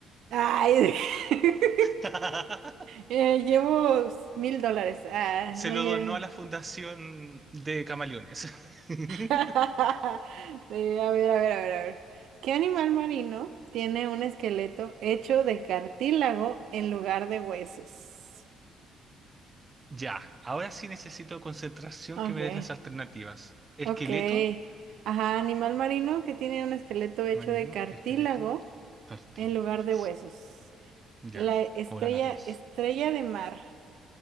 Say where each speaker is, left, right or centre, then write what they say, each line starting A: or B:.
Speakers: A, on the right; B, on the right.
A: Ay, <laughs>
B: <laughs>
A: eh, llevo mil dólares. Ah,
B: Se
A: no
B: lo
A: llevo.
B: donó a la fundación de camaleones. <laughs>
A: <laughs> Eh, a ver, a ver, a ver, a ver. ¿Qué animal marino tiene un esqueleto hecho de cartílago en lugar de huesos?
B: Ya, ahora sí necesito concentración
A: okay
B: que me des las alternativas. Esqueleto,
A: okay Ajá, animal marino que tiene un esqueleto hecho
B: marino,
A: de cartílago
B: esqueleto, cartílagos.
A: en lugar de huesos.
B: Ya,
A: La estrella,
B: con la nariz.
A: estrella de mar.